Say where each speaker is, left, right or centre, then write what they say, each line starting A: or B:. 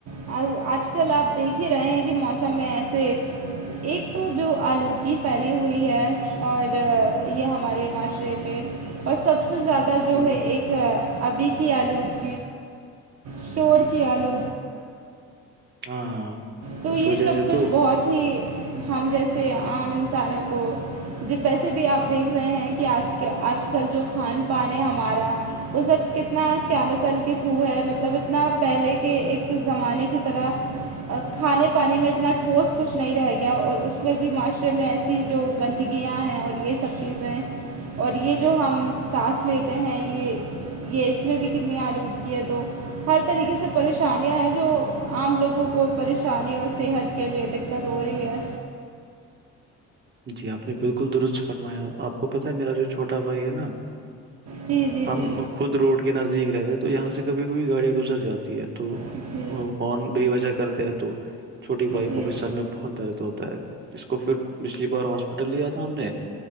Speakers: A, on the right; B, on the right.
A: اور آج کل آپ دیکھ ہی رہے ہیں کہ موسم میں ایسے ایک تو جو آلودگی پھیلی ہوئی ہے اور یہ ہمارے معاشرے پہ اور سب سے زیادہ جو
B: ہوں
A: ہے ایک ابھی کی آلودی اسور کیا لو
B: ہاں
A: تو
B: اس
A: یہ
B: وجہ
A: سب
B: سے
A: کچھ
B: تو
A: بہت ہی ہم جیسے عام انسانوں کو جب ویسے بھی آپ دیکھ رہے ہیں کہ آج آج کل جو کھان پان ہے ہمارا وہ سب کتنا کیمیکل کے تھرو ہے مطلب اتنا پہلے کے ایک زمانے کی طرح کھانے پانے میں اتنا ٹھوس کچھ نہیں رہ گیا اور اس میں بھی معاشرے میں ایسی جو گندگیاں ہیں اور یہ سب چیزیں اور یہ جو ہم سانس لیتے ہیں یہ یہ اس میں بھی کتنی آلو اٹھتی ہے تو ہر طریقے سے پریشانیاں ہیں جو عام لوگوں کو پریشانی اور صحت کے لیے دقت ہو رہی ہے
B: جی آپ نے بالکل درست فرمایا آپ کو پتہ ہے میرا جو چھوٹا بھائی ہے نا
A: جی جی
B: ہم
A: جی
B: خود روڈ کے نزدیک رہتے ہیں تو یہاں سے کبھی کوئی گاڑیاں گزر جاتی ہے تو
A: جی
B: ا کون بے وجہ کرتے ہیں تو چھوٹی بھائی
A: جی
B: کو بھی سال میں بہت درد ہوتا ہے اس کو پھر پچھلی بار ہاسپٹل لیا تھا ہم نے